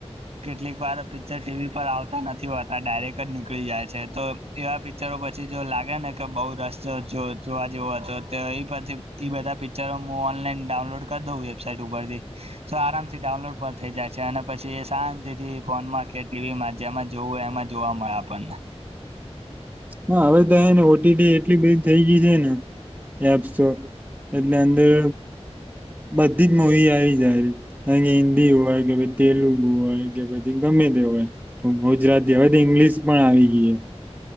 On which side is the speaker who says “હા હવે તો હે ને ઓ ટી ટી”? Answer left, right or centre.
Right